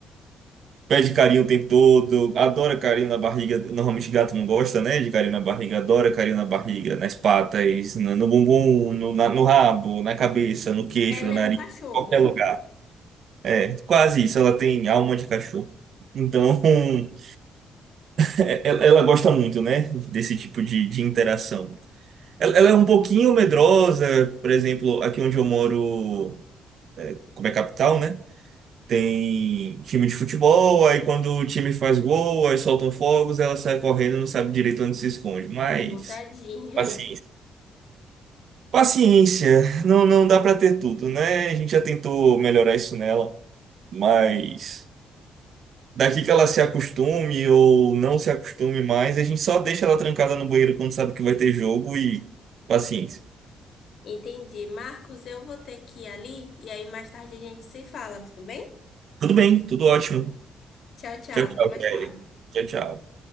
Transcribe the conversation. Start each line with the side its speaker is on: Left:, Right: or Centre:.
Right: pede carinho o tempo todo, adora carinho na barriga. Normalmente gato não gosta, né, de carinho na barriga, adora carinho na barriga, nas patas, no, no bumbum, no, na- no rabo, na cabeça, no queixo,
Left: Ela
Right: no nariz,
Left: é um cachorro.
Right: em qualquer lugar. É, quase isso, ela tem alma de cachorro. Então, <laughs> é- ela ela gosta muito, né, desse tipo de de interação. Ela, ela é um pouquinho medrosa, por exemplo, aqui onde eu moro, é, como é capital, né? Tem time de futebol, aí quando o time faz gol, aí soltam fogos, ela sai correndo, e não sabe direito onde se esconde. Mas,
Left: Ô, tadinha.
Right: paciência. Paciência, não, não dá pra ter tudo, né? A gente já tentou melhorar isso nela, mas daqui que ela se acostume ou não se acostume mais, a gente só deixa ela trancada no banheiro quando sabe que vai ter jogo e paciência.
Left: Entendi. Marcos, eu vou ter que ir ali e aí mais tarde a gente se fala, tudo bem?
Right: Tudo bem, tudo ótimo.
Left: Tchau, tchau.
Right: Tchau,
Left: Até
Right: tchau,
Left: mais
Right: Kelly.
Left: tarde.
Right: Tchau, tchau.